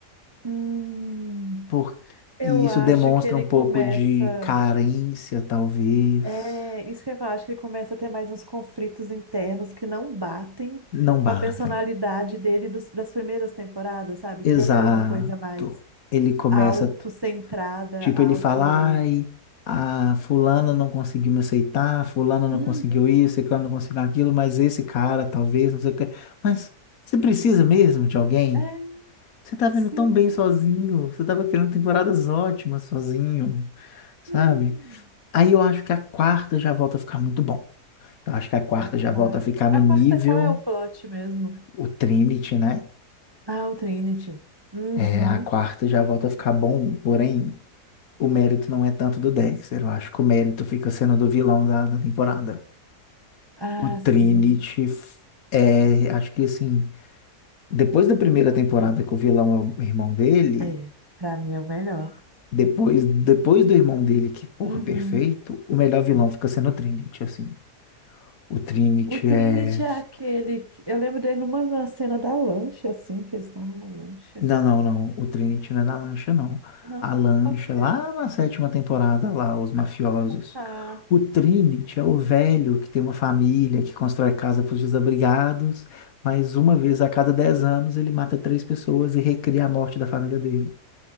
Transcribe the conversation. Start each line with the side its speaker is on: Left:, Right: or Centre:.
Right: Hum,
Left: Por...
Right: eu
Left: E isso
Right: acho
Left: demonstra
Right: que ele
Left: um pouco
Right: começa.
Left: de carência, talvez.
Right: É, isso que eu ia falar, acho que ele começa a ter mais uns conflitos internos que não batem
Left: Não batem.
Right: com a personalidade dele dos- das primeiras temporadas, sabe?
Left: Exato.
Right: Que ele era uma coisa mais
Left: Ele começa,
Right: autocentrada,
Left: tipo,
Right: auto.
Left: ele fala, ai, a fulana não conseguiu me aceitar, fulana não
Right: Uhum.
Left: conseguiu isso, ciclano não conseguiu aquilo, mas esse cara, talvez, não sei o quê. Mas você precisa mesmo de alguém?
Right: É,
Left: Você tá vendo
Right: sim.
Left: tão bem sozinho, você tava querendo temporadas ótimas sozinho, sabe?
Right: Hum.
Left: Aí eu acho que a quarta já volta a ficar muito bom. Eu acho que a quarta
Right: A quarta.
Left: já volta a ficar no
Right: A
Left: nível
Right: quarta, qual é o plot mesmo?
Left: o Trinity, né?
Right: Ah, o Trinity. Uhum.
Left: É, a quarta já volta a ficar bom, porém o mérito não é tanto do Dexter. Eu acho que o mérito fica sendo do vilão da, da temporada.
Right: Ah,
Left: O Trinity
Right: sim.
Left: f- é, acho que assim, depois da primeira temporada que o vilão é o irmão dele,
Right: É, pra mim é o melhor.
Left: depois, depois do irmão dele, que porra,
Right: Uhum.
Left: perfeito, o melhor vilão
Right: Perfe-
Left: fica sendo o Trinity, assim. O Trinity
Right: O Trinity
Left: é
Right: é aquele que... Eu lembro dele numa na cena da lancha, assim, que eles estão numa lancha.
Left: Não, não, não. O Trinity não é da lancha, não.
Right: Não?
Left: A lancha,
Right: Qual que é?
Left: lá na sétima temporada, lá, os mafiosos.
Right: Ah, tá.
Left: O Trinity é o velho que tem uma família, que constrói casa para os desabrigados, mas uma vez a cada 10 anos ele mata três pessoas e recria a morte da família dele.